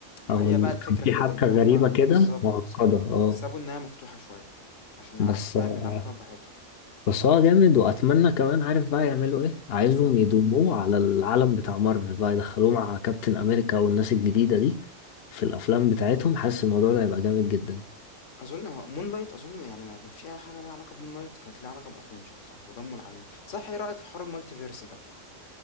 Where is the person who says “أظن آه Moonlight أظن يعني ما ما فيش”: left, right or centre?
Left